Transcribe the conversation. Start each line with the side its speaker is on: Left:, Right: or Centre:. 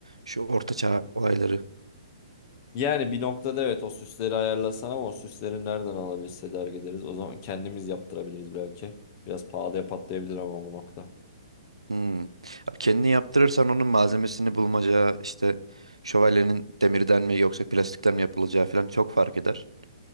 Right: Şu ortaçağ olayları.
Left: Yani bir noktada evet o süsleri ayarlasan ama o süsleri nereden alabiliriz, tedarik ederiz? O zaman kendimiz yaptırabiliriz belki. Biraz pahalıya patlayabilir ama bu nokta.
Right: Hmm. Abi kendini yaptırırsan onun malzemesini bulmaca işte şövalyenin demirden mi yoksa plastikten mi yapılacağı falan çok fark eder.